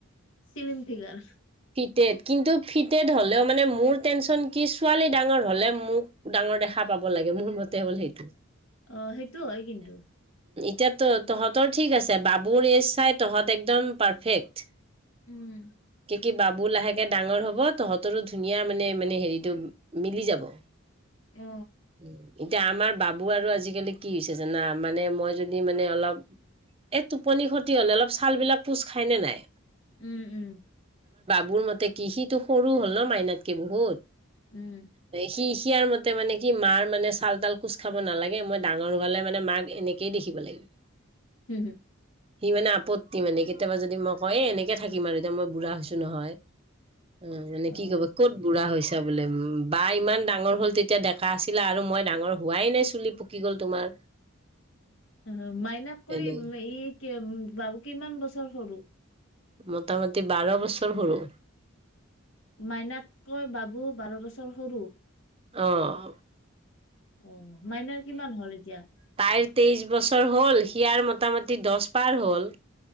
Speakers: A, on the left; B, on the right.
A: চিলিম ফিগাৰ।
B: টেড কিন্তু ফিটেড হ'লেও মানে মোৰ টেনচন কি ছোৱালী ডাঙৰ হ'লে মোক ডাঙৰ দেখা পাব লাগে মোৰ মতে হ'ল সেইটো।
A: অ, সেইটো হয় কিন্তু।
B: এতিয়াটো তহঁতৰ ঠিক আছে, বাবুৰ এজ চাই তহঁত একদম পাৰফেক্ট।
A: উম।
B: কি কি বাবু লাহেকে ডাঙৰ হ'ব তহঁতৰো ধুনীয়া মানে মানে হেৰিটো মিলি যাব। উম।
A: অ
B: এতিয়া আমাৰ বাবু আৰু আজিকালি কি হৈছে জানা মানে মই যদি মানে অলপ এই টোপনি ক্ষতি হ'লে অলপ ছালবিলাক কোচ খাইনে নাই?
A: উম, উম।
B: মোৰ মতে কি সিটো সৰু হ'ল ন' মাইনাতকে বহুত।
A: উম
B: বেখিত। ইয়াৰ মতে মানে কি মাৰ মানে চাল তাল কোচ খাব নালাগে মই ডাঙৰ হোৱালে মানে মাক এনেকেই দেখিব লাগিব।
A: হম হম।
B: সি মানে আপত্তি মানে কেতিয়াবা যদি মই কয় এ এনেকে থাকিম আৰু এতিয়া মই বুঢ়া হৈছো নহয়। অ মানে
A: হম
B: কি ক'ব ক'ত বুঢ়া হৈছে। য়া বোলে উহ বা ইমান ডাঙৰ হ'ল তেতিয়া ডেকা আছিলা আৰু মই ডাঙৰ হোৱাই নাই চুলি পকিব কি গ'ল তোমাৰ।
A: ওহোঁ মাইনাক কৰি
B: এনে
A: এই কি ওম বাবু কিমান বছৰ সৰু।
B: মোটামটি বাৰ বছৰ সৰু।
A: মাইনাতকৈ বাবু বাৰ বছৰ সৰু।
B: অঁ।
A: অহ মাইনাৰ কিমান হ'ল এতিয়া?
B: তাইৰ তেইশ বছৰ হ'ল সিয়াৰ মোটামুটি দহ পাৰ হ'ল।